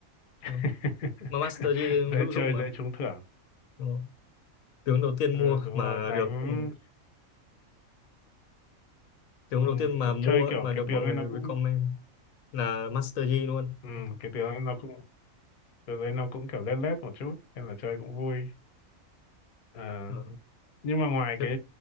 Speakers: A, on the left; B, on the left.
A: <laughs>
B: Ừ. Mà Master Yi
A: dễ
B: hữu
A: chơi
B: dụng mà.
A: dễ trúng thưởng
B: Đúng không? Tướng đầu tiên
A: Ờ,
B: mua
A: đúng
B: mà
A: rồi đánh
B: được ừ, tướng
A: ừm,
B: đầu tiên mà
A: ch-
B: mua
A: chơi
B: ấy,
A: kiểu
B: mà
A: cái
B: được mọi
A: tướng
B: người
A: ấy nó cũng
B: recommend là Master Yi luôn.
A: ừm,
B: Ok.
A: cái tướng ấy nó cũng Tựa đấy nó cũng kiểu lết lết một chút nên là chơi cũng vui Ờ,
B: Ờ,
A: nhưng mà ngoài
B: thế,
A: cái